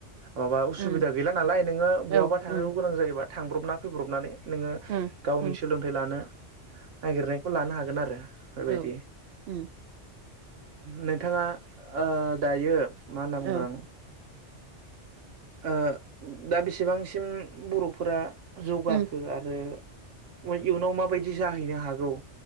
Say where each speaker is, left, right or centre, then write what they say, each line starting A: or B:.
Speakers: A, on the right (about 85°); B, on the right (about 65°).
A: माबा उसुबिदा
B: ओम
A: गैला नालाय नोङो बहाबा
B: औ ओम
A: थांनांगौ गोनां जायोबा थांब्रबना फैब्रबनानै नोङो
B: ओम
A: गावनि
B: ओम
A: सोलोंथाइ लानो नागिरनायखौ लानो हागोन। गोन आरो बेबायदि
B: औ‌‌ उम
A: नोंथाङा ओ‌ दायो। मा होनना बुंगोन
B: औ
A: आं ओ दा बेसेबांसिम बर'फोरा जौगाखो
B: ओम
A: आरो उइ इयुनाव माबायदि जाहैनो हागौ?